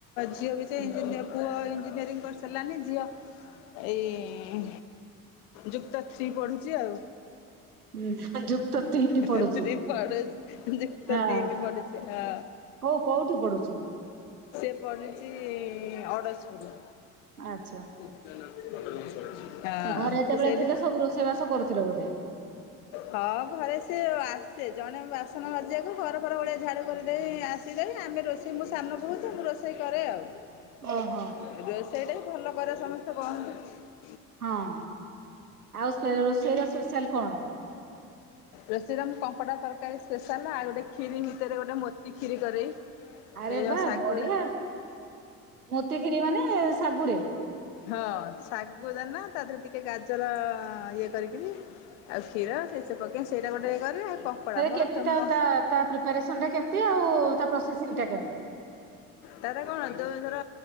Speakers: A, on the left (about 60°); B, on the right (about 80°).
A: ଝିଅ ବି
B: ଉଁ
A: ଇଞ୍ଜିନିଅର
B: ହୁଁ
A: ପୁଅ ଇଞ୍ଜିନିୟରିଂ କରିସାରିଲାନି। <inaudible> ଏଇ ଯୁକ୍ତ ଥ୍ରୀ ପଢୁଛି ଆଉ।
B: <inaudible> ହୁଁ ଯୁକ୍ତଥ୍ରୀ ହିଁ
A: ଥ୍ରୀ
B: ପଡୁଛି
A: ପଡୋଶୀ ଯୁକ୍ତ
B: ହଁ
A: ତିନି
B: ହଉ
A: ପଡୁଛି ହଁ
B: କୋଉଠି ପଢୁଛି?
A: କରୁଛି ଅଡସପୁରୁ
B: ଆଚ୍ଛା।
A: <unintelligible> <inaudible>
B: ଘରେ ଯେତେବେଳେ
A: ହଁ ସେଇଠି
B: ଥିଲେ ସବୁ ରୋଷେଇବାସ କରୁଥିଲେ ବୋଧେ?
A: ହଁ ଘରେ ସେ ଆସ ସେ ଜଣେ ବାସନ ମାଜିବାକୁ ଘର ଫର ଓଲେଇକି ଝାଡୁ କରିଦେଇ ଆସିଦେବେ ଆମେ ରୋଷେଇ ମୁଁ ସାନ ବୋହୁ ତ ମୁଁ ରୋଷେଇ ରୋଷେଇ କରେ ଆଉ
B: ଓହୋ।
A: ରୋଷେଇ ଟା ଭଲ କରେ ସମସ୍ତେ କହନ୍ତିୁ।
B: ହଁ ଆଉ ରୋଷେଇର ସ୍ପେଶାଲ କଣ?
A: ରୋଷେଇରେ କଙ୍କଡା ତରକାରୀ ସ୍ପେଶାଲ ଆଉ ଗୋଟେ ଖିରି ଭିତରେ ଗୋଟେ ମୋତି ଖିରି କରେ।
B: ଆରେ
A: ସେଇ
B: ବା
A: ଶାଗୁ
B: ବଢିଆ
A: <inaudible>
B: ମୋତିଖିରି ମାନେ ଶାଗୁରେ।
A: ହଁ ଶାଗୁ ଦାନା ତା ଦେହରେ ଟିକେ ଗାଜର ଇଏ କରିକିରି ଆଉ କ୍ଷୀର ସେସ ପକେଇ ସେଇଟା ଗୋଟେ ଇଏ କରେ କଙ୍କଡ଼ା
B: ସେ
A: ମୋର
B: କେମିତି
A: ଫେମସ୍
B: ତା ତା ତା ପ୍ରିପାରେସନ୍ଟା କେମିତି ଆଉ ତା ପ୍ରୋସେସିଂଟା କେମତି?
A: ତାର କଣ ତମେ ଧର